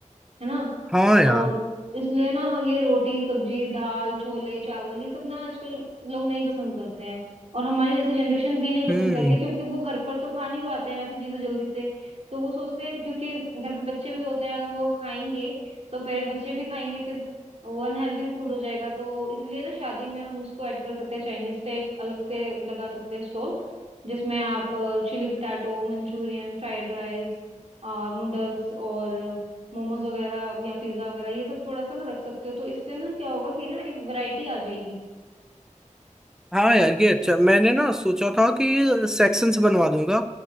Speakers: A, on the right; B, in the centre.
A: है ना
B: हाँ यार
A: और इसलिए ना हम ये रोटी सब्जी दाल छोले चावल ये सब ना आजकल लोग नहीं पसंद करते हैं और हमारी जैसी जनरेशन भी नहीं पसंद
B: हम्म
A: करते क्योंकि वो घर पर तो खा नहीं पाते हैं वैसी चीजें जल्दी से तो वो सोचते हैं क्योंकि घर पे बच्चे भी होते हैं अगर वो खाएंगे तो पे- बच्चे भी खाएंगे फिर वो अनहेल्दी भी फूड हो जाएगा तो इसलिए ना शादी में हम इसको ऐड कर सकते हैं चाइनीज का एक अलग से लगा सकते हैं स्टॉल जिसमें आप chilli potato manchurian fried rice और नूडल्स और मोमोज वगैरह या पिज्जा वगैरह ये सब थोड़ा सा ना रख सकते हो तो इससे ना क्या होगा कि ना एक वैरायटी आ जाएगी
B: हाँ यार ये अच्छा मैंने ना सोचा था कि सेक्शंस बनवा दूंगा